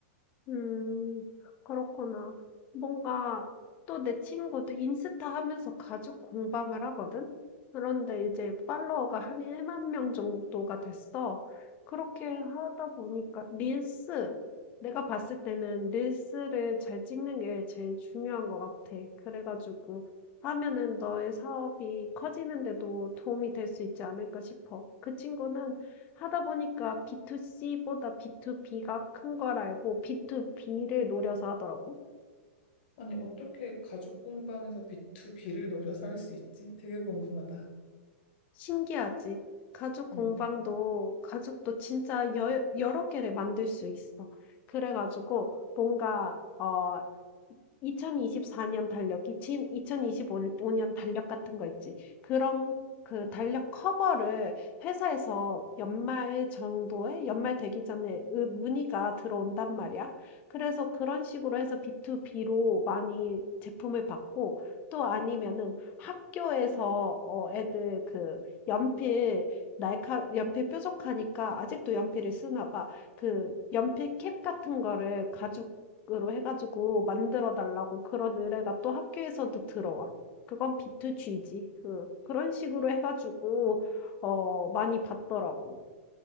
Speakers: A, on the left (about 20°); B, on the left (about 45°).
A: 음, 그렇구나. 뭔가 또 내 친구도 인스타 하면서 가죽 공방을 하거든? 그런데 이제 팔로워가 한 1만 명 정도가 됐어. 그렇게 하다 보니까 릴스, 내가 봤을 때는 릴스를 잘 찍는 게 제일 중요한 것 같아. 그래가지고 하면은 너의 사업이 커지는데도 도움이 될 수 있지 않을까 싶어. 그 친구는 하다 보니까 B2C보다 B2B가 큰 걸 알고 B2B를 노려서 하더라고.
B: 아니, 어떻게 가죽 공방에서 B2B를 노려서 할 수 있지? 되게 궁금하다.
A: 신기하지? 가죽 공방도,
B: 응.
A: 가죽도 진짜 여, 여러 개를 만들 수 있어. 그래가지고 뭔가, 어, 2024년 달력이 진 2025년 달력 같은 거 있지. 그런 그 달력 커버를 회사에서 연말 정도에 연말 되기 전에 으 문의가 들어온단 말이야. 그래서 그런 식으로 해서 B2B로 많이 제품을 받고 또 아니면은 학교에서 어 애들 그 연필 날카 연필 뾰족하니까 아직도 연필을 쓰나 봐. 그 연필 캡 같은 거를 가지고 으로 해가지고 만들어 달라고 그런 의뢰가 또 학교에서도 들어와. 그건 B2G지. 그, 그런 식으로
B: 어?
A: 해가지고, 어, 많이 받더라고.